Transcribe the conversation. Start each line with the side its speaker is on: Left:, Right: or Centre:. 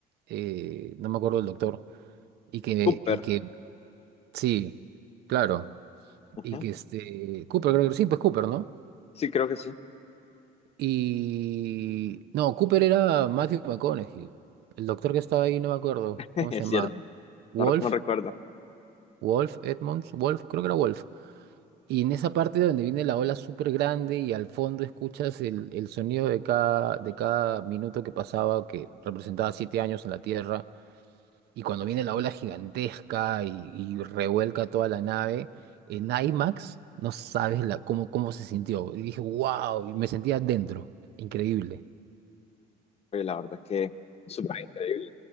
Right: eh, no me acuerdo del doctor, y que,
Left: Cooper.
Right: y que, sí, claro.
Left: ujú,
Right: Y que este. Cooper, creo que sí, pues Cooper, ¿no?
Left: Sí, creo que sí,
Right: Y. No, Cooper era Matthew McConaughey. El doctor que estaba ahí, no me acuerdo.
Left: <laughs> es
Right: ¿Cómo se llama?
Left: cierto,
Right: Wolf.
Left: no, no recuerdo.
Right: Wolf Edmonds. Wolf, creo que era Wolf. Y en esa parte donde viene la ola súper grande y al fondo escuchas el, el sonido de cada, de cada minuto que pasaba, que representaba siete años en la Tierra. Y cuando viene la ola gigantesca y, y revuelca toda la nave, en IMAX no sabes la, cómo, cómo se sintió. Y dije, wow, y me sentía dentro. Increíble.
Left: Oye, la verdad es que súper increíble.